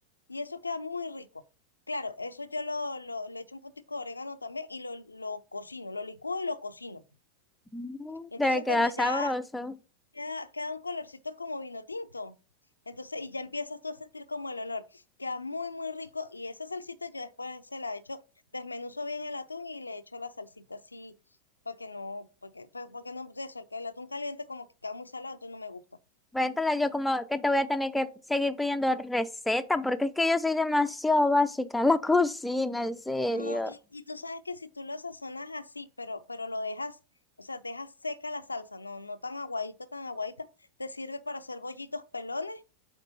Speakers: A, on the left (about 80°); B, in the centre.
A: y eso queda muy rico. Claro, eso yo lo, lo- le echo un puntico de orégano también y lo, lo cocino, lo licúo y lo cocino.
B: Mm,
A: Y entonces
B: Debe quedar
A: cuando ya
B: sabroso.
A: queda, queda un colorcito como vino tinto, entonces y ya empiezas tú a sentir como el olor, queda muy, muy rico y esa salsita yo después se la echo, desmenuzo bien el atún y le echo la salsita así para que no, porque, porque no, de eso, el que el atún caliente como que queda muy salado, entonces no me gusta.
B: Vétala, yo como que te voy a tener que seguir pidiendo receta, porque es que yo soy demasiado básica en la <laughs> cocina, en serio.
A: No, y, y tú sabes que si tú lo sazonas así, pero, pero lo dejas, o sea, dejas seca la salsa, no, no tan aguadita, tan aguadita, te sirve para hacer bollitos pelones